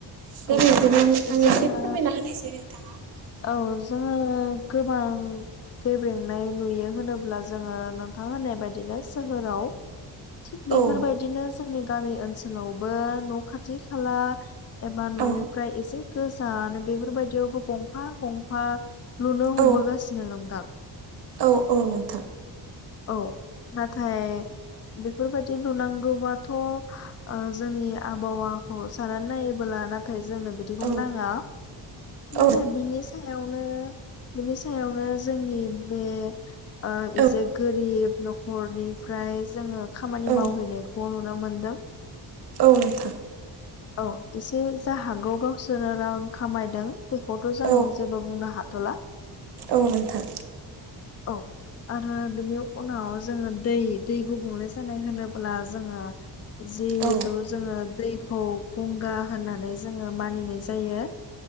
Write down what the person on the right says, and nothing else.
दे बे बिदिनो नोंथां
एसे फोरमायना होनायसै नोंथाङा‌
औ
औ
औ
औ औ नोंथां
औ
औ
औ
औ
औ नोंथां
औ
औ नोंथां
औ